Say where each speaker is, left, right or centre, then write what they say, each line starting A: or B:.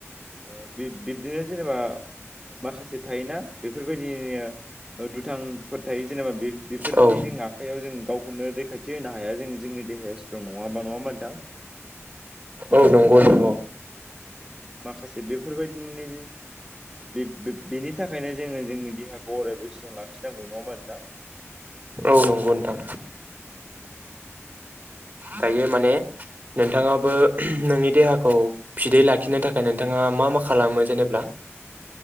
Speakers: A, on the right; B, on the right.
A: ओ बिब बिब्दिनो जेनेबा माखासे थायोना बेफोरबायदि ओ दुथांफोर थायो जेनेबा बे बेफोरनि
B: औ
A: जों आखाइयाव जों गावखौनो रैखाथि होनो हाया जों जोंनि देहाया स्ट्रं नङाबा नङा होमबा नोंथां
B: औ नंगौ नंगौ
A: औ जों माखासे बेफोरबायदिनि बि बेनि थाखायनो जों ङो जोंनि देहाखौ अरायबो स्ट्रं लाखिनांगौ नङा होमबा नोंथां
B: औ नंगौ नोंथां
A: औ
B: दायो माने नोंथाङाबो नोंनि देहाखौ फिदै लाखिनो थाखाय नोंथाङा मा मा खालामो जेनेब्ला